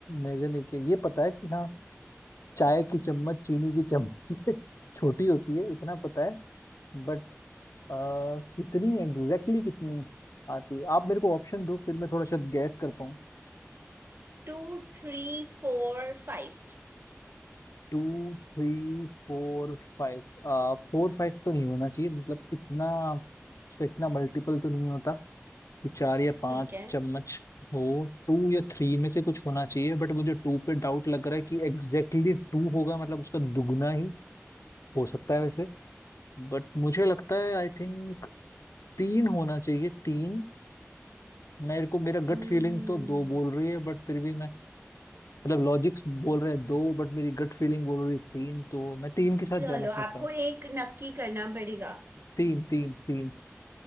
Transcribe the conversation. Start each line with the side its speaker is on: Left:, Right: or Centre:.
Left: मेजर नहीं किया ये पता है कि हाँ चाय की चम्मच चीनी की चम्मच से <laughs> छोटी होती है इतना पता है बट कितनी एग्जैक्टली exactly कितनी आती है आप मेरे को ऑप्शन दो फिर मैं थोड़ा शायद गैस कर पाऊँ
Right: Two three four five
Left: Two three four five Four five तो नहीं होना चाहिए मतलब इतना उसका इतना मल्टीपल तो नहीं होता कि चार या पांच
Right: ठीक है
Left: चम्मच हो टू या थ्री में से कुछ होना चाहिए बट मुझे टू पे डाउट लग रहा है कि एग्जैक्टली exactly टू होगा मतलब उसका दुगना ही हो सकता है वैसे बट मुझे लगता है आई थिंक तीन होना चाहिए तीन मेरे को मेरा गट
Right: हम्म
Left: फीलिंग तो दो बोल रही है बट फिर भी मैं मतलब लॉजिक्स बोल रहे हैं दो बट मेरी गट फीलिंग बोल रही है तीन तो मैं तीन के साथ
Right: चलो
Left: जाना चाहता
Right: आपको
Left: हूँ
Right: एक नक्की करना पड़ेगा
Left: तीन तीन तीन